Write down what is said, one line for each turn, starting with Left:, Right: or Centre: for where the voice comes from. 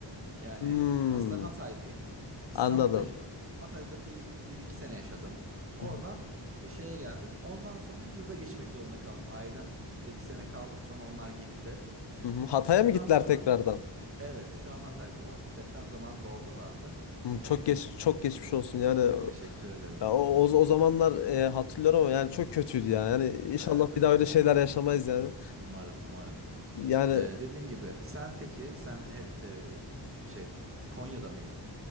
Right: Yani
Left: Hmm,
Right: aslen Hataylıyım. İstanbul'da
Left: anladım.
Right: yaşadım. Hatay'da bir, bir iki sene yaşadım. Oradan
Left: Hı hı.
Right: e, şeye geldim. Ondan sonra yurda geçmek zorunda kaldım. Ailemle bir sene kaldım. Sonra onlar gitti.
Left: Hı hı. Hatay'a
Right: Yurttan
Left: mı gittiler
Right: sonra
Left: tekrardan?
Right: evet şu an Hatay'dalar. Deprem zamanı da oradalardı.
Left: Hmm,
Right: O
Left: çok
Right: şekilde.
Left: geç çok geçmiş olsun yani
Right: Ha, teşekkür ederim.
Left: ya o, o, o zamanlar e, hatırlıyorum ama yani çok kötüydü ya yani inşallah
Right: Evet evet.
Left: bir daha öyle şeyler yaşamayız yani
Right: Umarım umarım.
Left: yani
Right: Ee, dediğim gibi sen peki sen hep e, şey Konya'da mıydın?